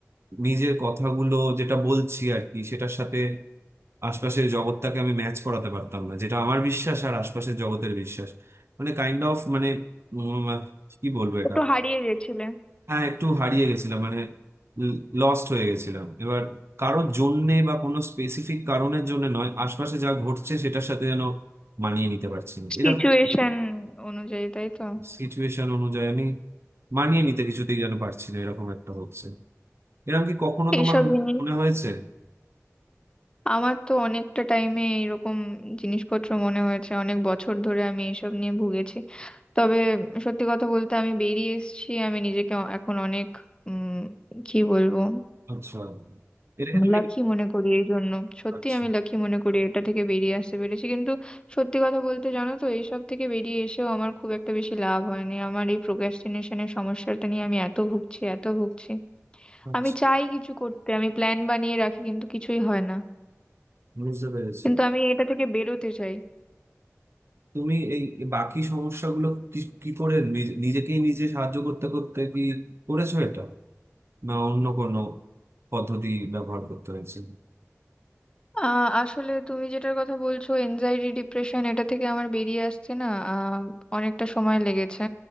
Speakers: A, on the right; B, on the left.
A: নিজের কথাগুলো যেটা বলছি আর কি সেটার সাথে আশপাশের জগৎটাকে আমি ম্যাচ করাতে পারতাম না যেটা আমার বিশ্বাস আর আশপাশের জগতের বিশ্বাস মানে কাইন্ড অফ মানে উম, কি বলবো এটা
B: একটু হারিয়ে গেছিলে
A: হ্যাঁ একটু হারিয়ে গেছিলাম মানে লস্ট হয়ে গেছিলাম এবার কারোর জন্যে বা কোনো স্পেসিফিক কারণের জন্য নয় আশপাশে যা ঘটছে সেটার সাথে যেন মানিয়ে নিতে পারছি না এরকম
B: সিচুয়েশন অনুযায়ী তাই তো
A: সিচুয়েশন অনুযায়ী আমি মানিয়ে নিতে কিছুতেই যেন পারছি না এরকম একটা হচ্ছে এরকম কি কখনো
B: এইসব
A: তোমার
B: জিনিস
A: মনে হয়েছে
B: আমার তো অনেকটা টাইমে এরকম জিনিসপত্র মনে হয়েছে অনেক বছর ধরে আমি এইসব নিয়ে ভুগেছি তবে সত্যি কথা বলতে আমি বেরিয়ে এসেছি আমি নিজেকে অ- এখন অনেক উম কি বলবো
A: আচ্ছা এটা কি তুমি
B: লাকি মনে করি এই জন্য সত্যি
A: আচ্ছা
B: আমি লাকি মনে করি এটা থেকে বেরিয়ে আসতে পেরেছি কিন্তু সত্যি কথা বলতে জানো তো এইসব থেকে বেরিয়ে এসেও আমার খুব একটা বেশি লাভ হয়নি আমার এই প্রোক্রাস্টিনেশনের সমস্যাটা নিয়ে আমি এত ভুগছি এত ভুগছি
A: আচ্ছা
B: আমি চাই কিছু করতে আমি প্ল্যান বানিয়ে রাখি কিন্তু কিছুই হয় না
A: বুঝতে পেরেছি
B: কিন্তু আমি এটা থেকে বেরোতে চাই
A: তুমি এই এই বাকি সমস্যাগুলো কি কি করে নিজ- নিজেকেই নিজে সাহায্য করতে করতে কি করেছো এটা না অন্য কোনো পদ্ধতি ব্যবহার করতে হয়েছে
B: আহ আসলে তুমি যেটার কথা বলছো এনজাইটি ডিপ্রেশন এটা থেকে আমার বেরিয়ে আসতে না আহ, অনেকটা সময় লেগেছে